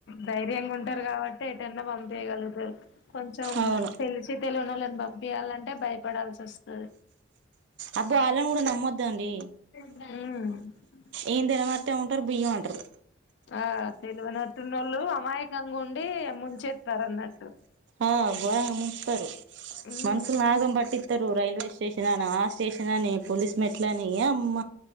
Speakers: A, on the left; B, on the right.
A: ధైర్యంగా ఉంటారు కాబట్టి, ఎటన్నా పంపీ యగలుగుతారు కొంచెం
B: అవును
A: తెలిసె తెలవని వాళ్ళని పంపియాలంటే భయపడాల్సి వస్తాది.
B: అప్పుడు వాళ్ళని. కూడా నమ్మొద్దు అండి.
A: తర్
B: ఏం తెలవనట్టే ఉంటారు బియ్యం అంటారు.
A: ఆ తెలివనట్టుఉన్నోళ్ళు అమాయకంగా ఉండి ముంచేస్తారున్నట్టు.
B: ఆ గోరంగా ముంచుతారు.
A: ఉమ్
B: మనుషులును ఆగం బట్టిత్తారు. రైల్వే స్టేషన్ అని, ఆ స్టేషన్ అని, పోలీస్ మెట్లని. దియమ్మ